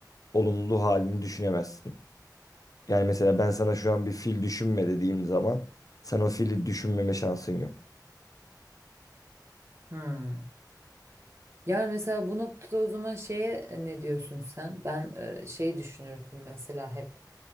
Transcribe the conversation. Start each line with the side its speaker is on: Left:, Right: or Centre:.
Left: olumlu halini düşünemezsin. Yani mesela ben sana şu an bir fil düşünme dediğim zaman sen o fili düşünmeme şansın yok.
Right: Hmm. Yani mesela bu noktada o zaman şeye e, ne diyorsun sen? Ben e, şey düşünürdüm mesela hep.